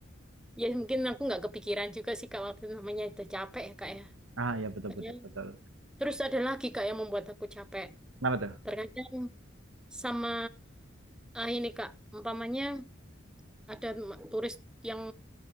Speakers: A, in the centre; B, on the right.
A: ya mungkin aku nggak kepikiran juga sih kak waktu itu, namanya udah capek ya kak ya.
B: Ah, ya betul,
A: Ternyata-
B: betul, betul.
A: Terus ada lagi kak yang membuat aku capek.
B: Kenapa tuh?
A: Terkadang sama ah, ini kak, umpamanya ada ma- turis yang